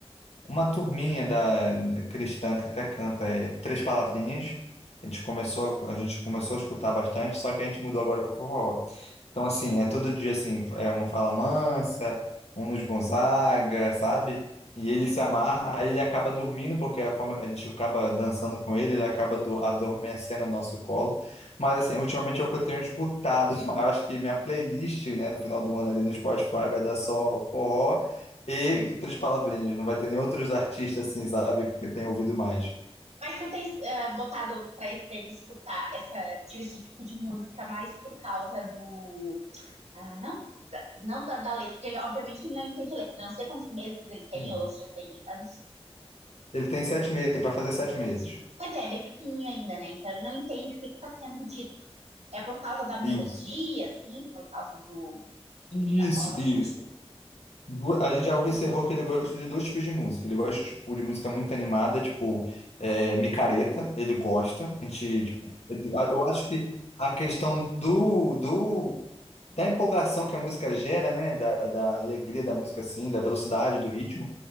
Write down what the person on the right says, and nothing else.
Mas tu tens uh, botado pra ele escutar essa, esse tipo de música mais por causa do Ah, não, da- não da, da letra, porque ele obviamente ele não entende letra, não sei quantos meses ele tem,
ou se já tem anos.
Pois é, é bem pequenininho ainda, né? Então ele não entende o que está sendo dito. É por causa da melodia,
assim, por causa do,
da forma
como.